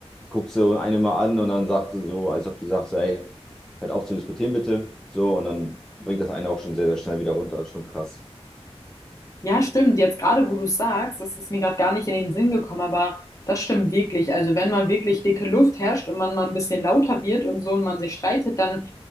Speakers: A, in the centre; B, on the left (about 30°).
A: guckt so eine mal an und dann sagt sie so, als ob die sagt so, ey, hört auf zu diskutieren bitte. So, und dann bringt das eine auch schon sehr, sehr schnell wieder runter. Das ist schon krass.
B: Ja, stimmt. Jetzt gerade, wo du es sagst, das ist mir gerade gar nicht in den Sinn gekommen, aber das stimmt wirklich. Also wenn man wirklich dicke Luft herrscht und man mal ein bisschen lauter wird und so und man sich streitet, dann